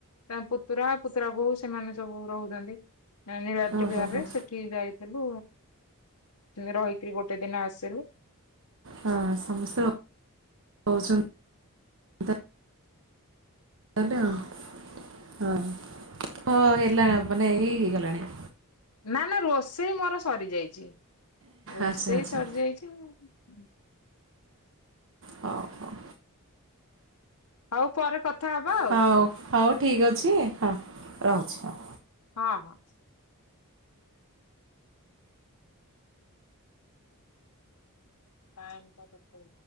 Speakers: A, on the left; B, on the right.
A: ତା ପୁତୁରା ପୁତୁରା ବୋଉ ସେମାନେ ସବୁ ରହୁଛନ୍ତି ନୀଳାଦ୍ରି
B: ଓହୋ
A: ବିହାରରେ
B: ହୋ
A: ସେଠି ଯାଇଥିଲୁ ରହି କି ଗୋଟେ ଦିନ ଆସିଲୁ।
B: ହଁ ସମସ୍ତେ ରହୁଚନ୍ତି ତ ଲେ ହଁ ହ ହେଲାଣି ମାନେ ଏଇ ହେଇଗଲଣି।
A: ନା ନା ରୋଷେଇ ମୋର ସରିଯାଇଚି। ରୋଷେଇ
B: ଆଚ୍ଛା ଆଚ୍ଛା
A: ସରିଯାଇଚି। ହୁଁ।
B: ହଉ ହଉ।
A: ହଉ ପରେ କଥା ହବା ଆଉ
B: ହଉ ହଉ ଠିକ ଅଛି। ହଁ ରହୁଛି ହଉ।
A: ହଁ ହଁ। କମ ତ ଖ